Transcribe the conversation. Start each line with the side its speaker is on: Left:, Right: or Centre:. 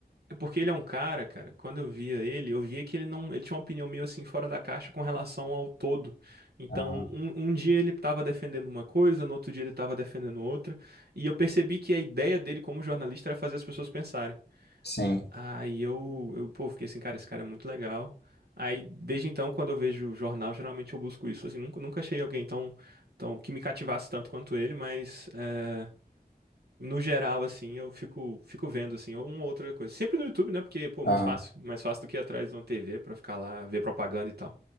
Right: É porque ele é um cara, cara, quando eu via ele, eu via que ele não, ele tinha uma opinião meio assim fora da caixa com relação ao todo. Então,
Left: Aham,
Right: um, um dia ele estava defendendo uma coisa, no outro dia ele estava defendendo outra, e eu percebi que a ideia dele como jornalista era fazer as pessoas pensarem.
Left: Sim.
Right: Aí eu, eu, pô, fiquei assim, cara, esse cara é muito legal. Aí, desde então, quando eu vejo jornal, geralmente eu busco isso. Assim, nunca, nunca achei alguém tão, tão, que me cativasse tanto quanto ele, mas eh, no geral, assim, eu fico, fico vendo, assim, uma ou outra coisa. Sempre no YouTube, né? Porque, pô,
Left: Aham.
Right: muito fácil. Mais fácil do que ir atrás de uma TV pra ficar lá, ver propaganda e tal.